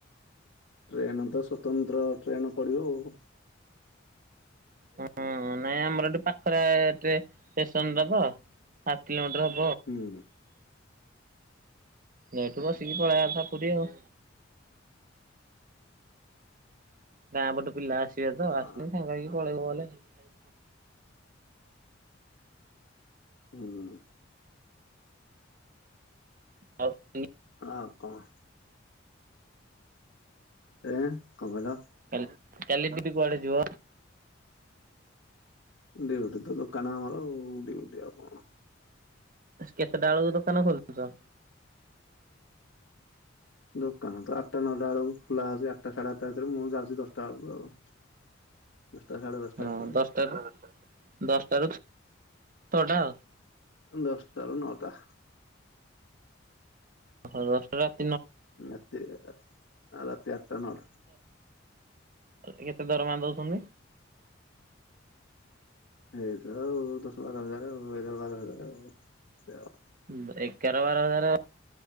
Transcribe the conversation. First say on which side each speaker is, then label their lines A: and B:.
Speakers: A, on the left; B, on the right.
A: ଟ୍ରେନ ଟ ସ୍ଵତନ୍ତ୍ର। ଟ୍ରେନ ପଡିବ ଆଉ।
B: ହଁ ନାଇଁ ଆମର ଏଠି ପାଖରେେ ଷ୍ଟେ ଷ୍ଟେସନ ଟା ତ ସାତ କିଲୋମିଟର ହବ।
A: ହୁଁ।
B: ଏଠୁ ବସିକି ପଳେଇବ। ପୁରୀ ଆଉ ଗାଁ ପଟ ପିଲା। ସିଏ ତ ଆସନି
A: ଆ
B: ସାଙ୍ଗକ ପଳେଇ ଗଲେ। ସେଜ
A: ହୁଁ।
B: ହଉ ଦୁଇ
A: ହଁ କଣ? ଏଆଁ? କଣ କଲ?
B: କାଲି କାଲି ଦିଦି କୁଆଡେ ଯୁିବ?
A: ଡିଉଟି ତ ଦୋକାନ ଆମର ଆ ଡିଉଟି ଆଉ କଣ।
B: କେତେଟା ବେଳୁକୁ ଦୋକାନ ଖୋଲୁଛ?
A: ଦୋକାନ ତ ଟ ନଟା ଏଳକୁ। ନା ସେଇ ଆଟଟା ସାଢେ ଆଠଟା ଭିତରେ ମୁଁ ଯାଉଚି ଦଶଟା ବେଳକୁ ଆଉ ଦଶଟା ସାଢେ ଦଶଟା
B: ହଁ
A: ଭିତରେ
B: ଦଶଟାରୁ
A: ଆଉ।
B: ଦଶଟାରୁ ଛ-ଛଅଟା ଆଉ।
A: ଦଶଟାରୁ ନଅଟା।
B: ହ ଦଶଟାରେ ଆପ
A: ନାତି ୟେ ରାତି ଆଟଟା ନଅଟା।
B: ତତେ କେତେ ଦରମା ଦୋଉଚନ୍ତି?
A: ଏଇତ ଆଉ ଦଶ ବାର ହଜାରେ ଆଉ ଏଗାର ବାର ହଜାରେ ଆଉ କେତେ ଆଉ।
B: ହୁଁ ଏଗାର ବାର ହଜାରେ